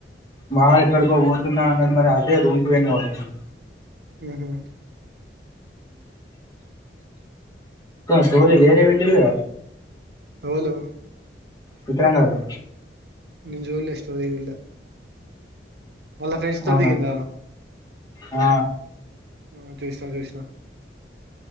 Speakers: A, on the left; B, on the right.
A: వాడు ఎక్కడికో పోతున్న అన్నాడు మరి అజయ్ రూముకి పోయిండు కావచ్చు
B: హుహు
A: స్టోరీ వేరే పెట్టిండుగా
B: ఎవలు
A: విక్రమ్ గాడు
B: నేను చూల్లే స్టోరీ చూల్లే వాళ్ళ ఫ్రెండ్స్ తోనీ
A: అవునా
B: దిగిందా
A: ఆ
B: ఆ చూసినా చూసినా